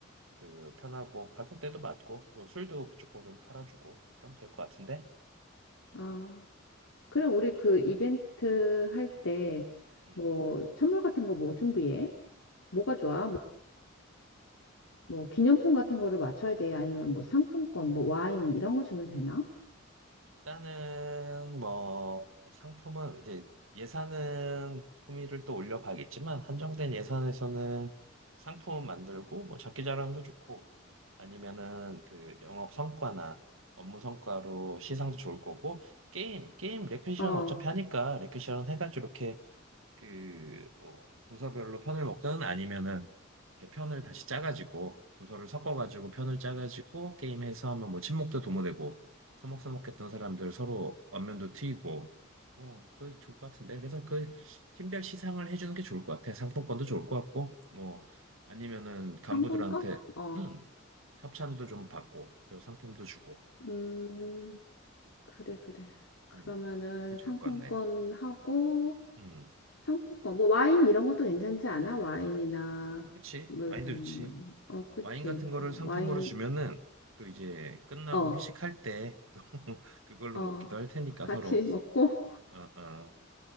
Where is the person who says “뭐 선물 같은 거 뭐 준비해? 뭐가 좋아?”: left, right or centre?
Left